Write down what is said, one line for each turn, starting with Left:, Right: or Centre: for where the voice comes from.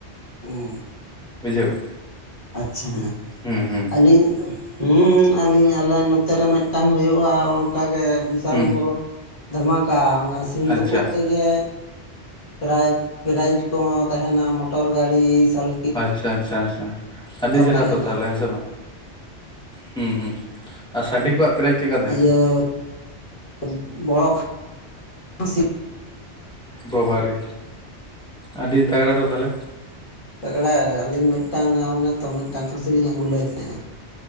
Left: ᱦᱩᱸ
Centre: ᱵᱩᱡᱷᱟᱹᱣ?
Left: ᱟᱪᱪᱷᱟ ᱦᱮᱸ
Centre: ᱦᱩᱸ ᱦᱩᱸ
Left: ᱟᱹᱞᱤᱧ ᱦᱩᱸ ᱟᱹᱞᱤᱧ ᱟᱞᱮ ᱱᱚᱛᱮ ᱨᱮ ᱢᱤᱫᱴᱟᱱ ᱦᱩᱭᱩᱜᱼᱟ ᱚᱱᱠᱟᱜᱮ ᱵᱤᱥᱟᱞ
Centre: ᱦᱩᱸ
Left: ᱵᱚᱨᱚ ᱫᱷᱟᱢᱟᱠᱟ ᱚᱱᱟ ᱥᱤᱢ ᱛᱩᱯᱩᱜ
Centre: ᱟᱪᱪᱷᱟ
Left: ᱛᱮᱜᱮ ᱯᱨᱟᱭ ᱯᱨᱟᱭᱤᱡᱽ ᱠᱚᱦᱚᱸ ᱛᱟᱦᱮᱱᱟ ᱢᱚᱴᱚᱨ ᱜᱟᱹᱲᱤ ᱥᱟᱞ
Centre: ᱟᱪᱪᱷᱟ ᱪᱷᱟ ᱪᱷᱟ ᱟᱹᱰᱤ ᱪᱮᱨᱦᱨᱟ
Left: ᱛᱟᱦᱮᱱᱟ
Centre: ᱛᱚ ᱛᱟᱦᱚᱞᱮ ᱦᱮᱸ ᱥᱮ ᱵᱟᱝ? ᱦᱩᱸ ᱦᱩᱸ᱾ ᱟᱨ ᱥᱟᱺᱰᱤ ᱠᱚᱣᱟᱜ ᱯᱨᱟᱭᱤᱡᱽ ᱪᱮᱫ ᱞᱮᱠᱟ ᱛᱟᱦᱮᱱᱟᱴ
Left: ᱤᱭᱟᱹ <unintelligible> ᱥᱤ
Centre: ᱵᱟᱵᱟᱨᱮ ᱟᱹᱰᱤ ᱛᱟᱜᱽᱲᱟ ᱫᱚ ᱛᱟᱦᱞᱮ
Left: ᱛᱟᱜᱽᱲᱟ ᱟᱹᱞᱤᱧ ᱢᱤᱫᱴᱟᱝ ᱚᱱᱮ ᱛᱚ ᱢᱤᱫᱴᱟᱝ ᱠᱷᱟᱹᱥᱤ ᱞᱤᱧ ᱟᱹᱜᱩ ᱞᱮᱫᱮ ᱛᱟᱦᱮᱸᱜᱼᱟ᱾